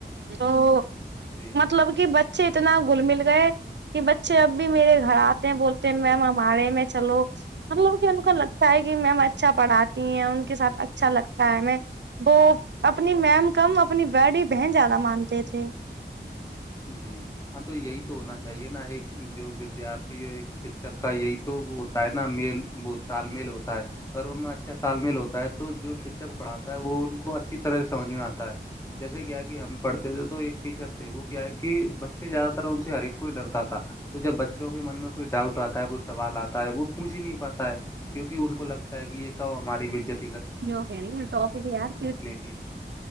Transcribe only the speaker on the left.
جی
جی ہاں تو یہی تو ہونا چاہیے نا ایک جو ودیارتھی ایک شکک کا یہی تو وہ ہے نا میل وہ تال میل ہوتا ہے اگر ان میں اچھا تالمیل ہوتا ہے تو جو شکچک پڑھاتا ہے وہ ان کو اچھی طرح سے سمجھ میں آتا ہے جیسے کیا کہ ہم پڑھتے تھے تو ایک ٹیچر تھے وہ کہ بچے زیادہ تر ان سے ہر ایک کو ہی ڈرتا تھا تو جب بچوں کو من میں کوئی ڈاؤٹ آتا ہے کوئی سوال آتا ہے وہ پوچھ ہی نہیں پاتا ہے کیونکہ ان کو لگتا ہے کہ یہ کب ہماری بجت
لیں گے